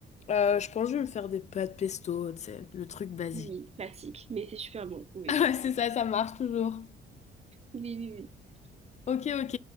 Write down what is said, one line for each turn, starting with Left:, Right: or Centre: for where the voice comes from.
Left: Euh, je pense que je vais me faire des pâtes pesto, tu sais, le truc basique.
Right: Oui,
Left: <laughs>
Right: classique, mais c'est super bon, oui.
Left: Ah ouais, c'est ça, ça marche toujours.
Right: Oui, oui, oui.
Left: Ok, ok.